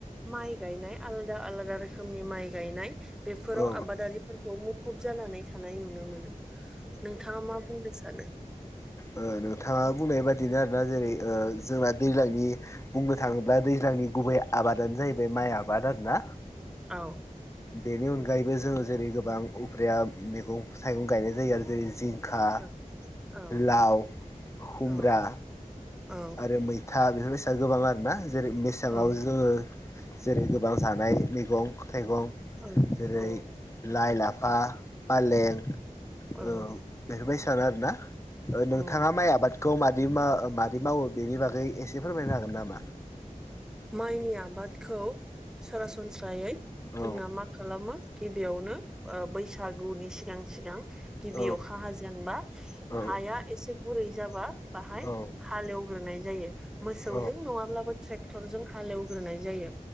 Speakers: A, in the centre; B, on the left.
A: माइ गायनाय आलादा -आलादा रोखोमनि माइ गायनाय। बेफोराव
B: औ
A: आबादारिफोरखौ मुखुब जानानै थानाय नुनो मोनो। नोंथाङा मा बुंनो सानो?
B: ओ नोंथाङा बुंनाय बादिनो आरोना जेरै ओ जोंना दैज्लांनि बुंनो थाङोब्ला दैज्लां नि गुबै आबादानो जाहैबाय माइ आबाद आरो ना
A: औ।
B: बेनि अनगायैबो जों जेरै गोबां उफ्रिया मैगं -थाइगं गायनाय जायो आरो जेरै जिं खा
A: औ औ
B: लाव हुमब्रा
A: औ औ
B: आरो मैथ था बेफोरनि स गोबां आरोना जेरै मेसेङाव
A: औ
B: जोङो जेरै गोबां जानाय मैगं थाइगं
A: औ
B: जेरै लाइ, -लाफा, फालें ओ
A: औ औ
B: बेफोरबायदि सानो आरोना
A: औ
B: नोंथाङा माइ आबाद खौ मादि मा- मावो बेनि बागै एसे फोरमायनो हागोन नामा?
A: माइनि आबादखौ सरासनस्रायै
B: औ
A: जोंना मा खालामो गिबियावनो ओ बैसागुनि सिगां -सिगां गिबि
B: औ
A: अखा हाजेनबा
B: औ
A: हाया एसे गुरै जाबा बाहाय
B: औ
A: हालेवग्रोनाय जायो मोसौजों
B: औ
A: नङाब्लाबो ट्रे टेखक्टरजों हालेवग्रोनाय जायो